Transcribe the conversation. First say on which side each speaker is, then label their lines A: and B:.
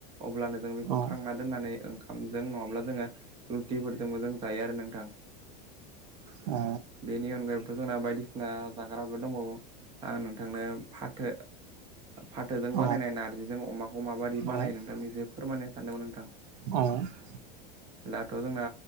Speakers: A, on the right (about 20°); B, on the right (about 80°).
A: अब्लानो जों बेखौ
B: औ
A: खांना दोननानै ओंखामजों नङाब्ला जोङो रुटिफोरजोंबो जों जायो आरो नोंथां।
B: आ
A: बेनि अनगायैबोथ' जोंना बायदिसिना जाग्राबो दंबावो। आं नोंथांनो फाथो फाथोजों
B: औ नंगौ नोंथां औ
A: बानायनाय नारजिजों अमाखौ माबायदि
B: औ
A: बानायो नोंथांनि एसे फोरमायनो सानदोंमोन नोंथां।
B: अ'
A: दाथ' जोंना